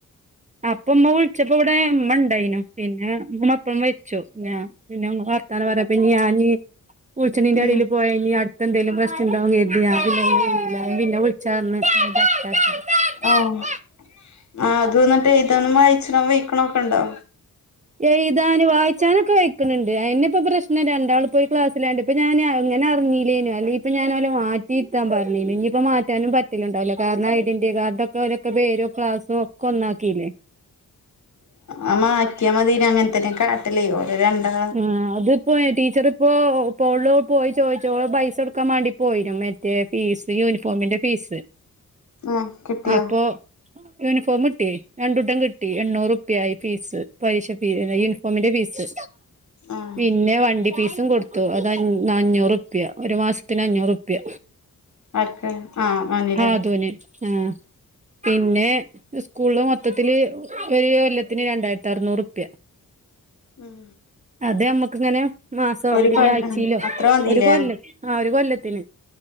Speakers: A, on the right; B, on the left.
A: അപ്പമ്മ വിൾച്ച ഇപ്പോടെ ഇമ്മ ഇണ്ടേയിനു പിന്നെ മ്മപ്പും മരിച്ചു പിന്നെ വർത്താന പറയാ ഞാനീ വുളിച്ചണീന്റെ
B: ഉം
A: എടേൽ - പോയനി അടുത്തന്തേലും പ്രശ്നം ഇണ്ടാവും കരുതി പിന്നെ വിളിച്ചാ പറഞ്ഞ്
B: ആഹ് ആ അത് വന്നിട്ട് എയ്താനും വായിചാനും വ ക്കണൊക്കണ്ടോ
A: എയ്താൻ വായിച്ചാനൊക്കെ വയ്ക്ക്ണ് ണ്ട് അയ്നിപ്പൊ പ്രശ്നം രണ്ടാൾ പോയി ക്ലാസ്സിലാണ്ട് ഇപ്പൊ ഞാന് അങ്ങന അറിഞ്ഞീല്ലേനി അല്ല ഇപ്പ ഞാനോല മാറ്റിയിര്ത്താൻ പറഞ്ഞീ ഇനിയിപ്പ മാറ്റാനും പറ്റ ണ്ടാവില്ല കാരണം ഐഡന്റി കാർഡൊക്കെ ഓരെക്കെ പേരും ക്ലാസ്സോക്കെ ഒന്നാക്കില്ലേ
B: ആ മാറ്റിയാ മതിയേനി അങ്ങനെത്തന്നെ കാട്ടലേ ഓലേ രണ്ടാ
A: ആ അതിപ്പോ ടീച്ചർ ഇപ്പോ ഇപ്പോള് പോയി ചോദിച്ചോ പൈസോട്ക്കാൻ മാണ്ടി പോയിനു മറ്റേ ഫീസ് യൂണിഫോമിന്റെ പീസ്
B: ആഹ് കിട്ടിയോ
A: അപ്പൊ യൂണിഫോം കിട്ടിയേ രണ്ടൂട്ടം കിട്ടി എണ്ണൂറുപ്യായി ഫീസ് പലിശ ഫി അ യുണിഫോമിന്റെ പീസ്
B: ആഹ്
A: പിന്നെ വണ്ടി പീസും കൊടുത്ത ത്ത്‌ അതഞ്ഞൂറുപ്യ ഒരു മാസത്തിന് അഞ്ഞൂറുപ്യ
B: ആർക്ക് ആഹ് മോനിലെ
A: ആ ആതൂന് ആഹ പിന്നെ ഇസ്കൂളില് മൊത്തത്തില് ഒരു കൊല്ലത്തിന് രണ്ടായിര്ത്തി അറനൂറുപ്യ
B: ഉം
A: അത് നമ്മക്ക് ഇങ്ങനെ മാസോ
B: ഒരു
A: അല്ലെങ്കി
B: പ
A: ആഴ്ച്ചയിലോ
B: ആഹ് അത്ര മതില്ലേ
A: ഒരു കൊല്ലം ആ ഒരു കൊല്ലത്തിന്